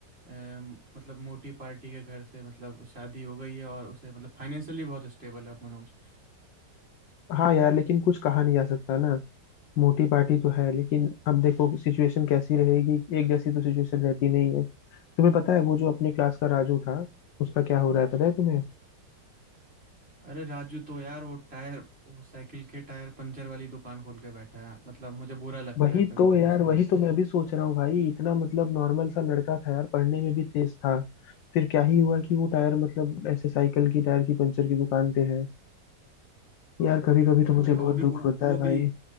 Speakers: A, on the right; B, on the left.
A: अम, मतलब मोटी पार्टी के घर से मतलब शादी हो गई है और उसे मतलब फाइनेंशियली बहुत स्टेबल है अब मनोज
B: हाँ यार लेकिन कुछ कहा नहीं जा सकता ना मोटी पार्टी तो है लेकिन अब देखो सिचुएशन कैसी रहेगी एक जैसी तो सिचुएशन रहती नहीं है तुम्हें पता है वो जो अपने क्लास का राजू था उसका क्या हो रहा है पता है तुम्हें
A: अरे राजू तो यार वो टायर वो साइकिल के टायर पंचर वाली दुकान खोल के बैठा है मतलब मुझे बुरा लगता
B: वही
A: है कभी
B: तो
A: कभी
B: यार
A: उसके
B: वही
A: लिए
B: तो मैं अभी सोच रहा हूँ भाई इतना मतलब नॉर्मल सा लड़का था यार पढ़ने में भी तेज था फिर क्या ही हुआ कि वो टायर मतलब ऐसे साइकिल की टायर की पंचर की दुकान पे है यार कभी कभी
A: वही
B: तो मुझे
A: वही और
B: बहुत
A: वो भी कु-
B: दुख होता
A: वो
B: है भाई
A: भी